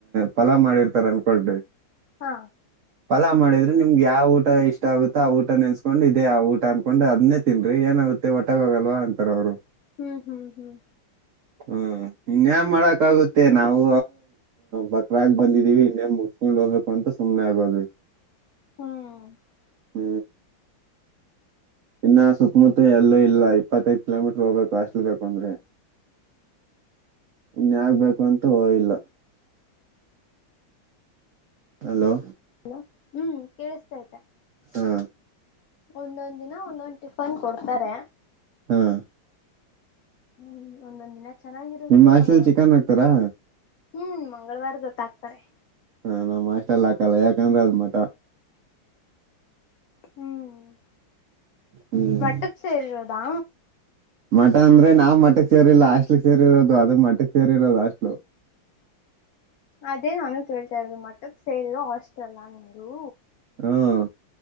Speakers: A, on the right; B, on the left.
A: ಫಲಾವ ಮಾಡಿರ್ತಾರ ಅನ್ಕೊಂಡ್ರಿ
B: ಹಾ
A: ಫಲ ಮಾಡಿದ್ರಿ ನಿಮ್ಗೆ ಯಾವ ಊಟ ಇಷ್ಟ ಆಗುತ್ತೋ ಆ ಊಟ ನೆನ್ಸ್ಕೊಂಡು ಇದದೆ ಆ ಊಟ ಅನ್ಕೊಂಡು ಅದನ್ನೇ ತಿನ ಏನ ನಾಗುತ್ತೆ ಒಟಾಗ ಹೋಗಲ್ವಾ ಅಂತಾರ ಅವ್ರು
B: ಹ್ಮ್ ಹ್ಮ್ ಹ್ಮ್
A: ಹ್ಮ ಇನ್ಯ ಮಾಡಕ್ ಆಗುತ್ತೆ ನಾವು ಬಕ್ರಾಗ ಬಂದಿದೀವಿ ಇನ್ನೇ ಮು ಸ್ೋಗಕ ಅಂತ ಸುನೆಾಗಗದು
B: ಹ್ಮ್
A: ಹ ಇನ್ನ ಸುತ್ತಮುತ್ತ ಎಲ್ಲೂ ಇಲ್ಲ ಇಪ್ಪತ್ತೈದ ಕಿಲೋಮೀಟರ್ ಹೋಗ್ಬೇಕು ಅಷ್ಟಲ್ ಬೇಕು ಅಂದ್ರೆ ಇನ್ಯಗ್ಬೇಕು ಅಂತ ಹೋ ಇಲ್ಲ ಹಲೋ
B: ಲ ಹ್ಮ್ ಕೇಳಿಸತತೆ
A: ಹಾ
B: ಒಂದೊಂದ್ ದಿನ ಒಂದೊಂ ಟಿಫನ್ ಕೊಡ್ತಾರೆ
A: <inaudible>
B: ಹ್ಮ್ ಒಂದೊಂದ್ ದಿನ ಚೆನ್ನಾಗಿರುತ್ತೆ
A: ನಿಮ್ಮ ಹಾಸ್ಟೆಲ್
B: ಒಂದೊಂದ್
A: ಚಿಕನ್ ಹಾಕ್ತಾರಾ
B: ಹ್ಮ್ ಮಂಗಳವಾರ ಗೊತ್ತಾಗಕ್ತಾರೆ
A: ಹಾ ನಮ್ಮ ಮಾಷ್ಟ ಎಲ್ಲ ಹಾಕಲ್ಲ ಯಾಕಂದ್ರ ಅದ ಮಟ
B: ಹ್ಮ್
A: ಹ್ಮ್
B: ಮಟ್ಟಕ್ಕೆ ಸೇರದಾ
A: ಮಠ ಅಂದ್ರೆ ನಾವವು ಮಠಕ್ ಸೇರಿಲ್ಲ ಅಷ್ಟಲಿಕ್ ಸೇರಿರೋದು ಅದು ಮಠಕ್ಕೆ ಸೇರಿರೋದು ಅಷ್ಟಲು
B: ಅದೇ ನಾನು ಕೇಳ್ತಾರಿ ಮತ್ತದ ಸೇರಿರ ಹಾಸ್ಟೆಲ್ ನೀರು
A: ಹ್ಮ